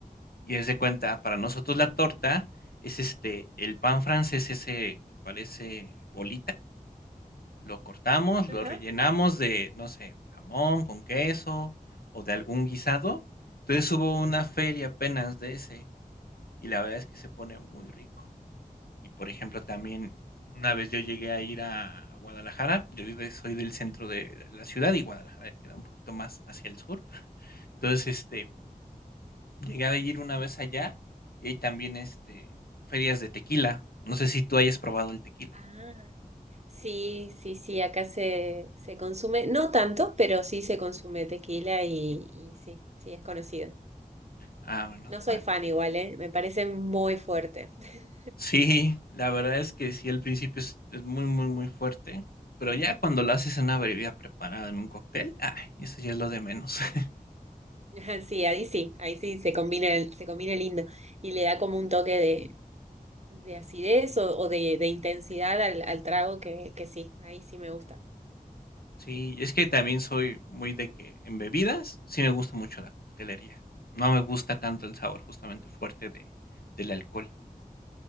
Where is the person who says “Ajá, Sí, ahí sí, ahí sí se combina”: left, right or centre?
Right